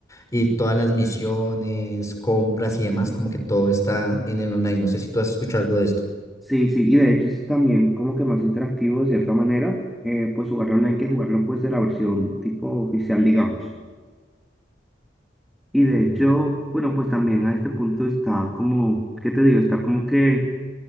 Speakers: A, on the left; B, in the centre.
A: y todas las misiones, compras y demás, como que todo está en el online. No sé si tú has escuchado algo de esto.
B: Sí, sí, y de hecho es también como que más interactivo de cierta manera, eh, pues jugarlo online que jugarlo pues de la versión tipo oficial, digamos. Y de hecho, bueno, pues también a este punto está como, ¿qué te digo? Está como que,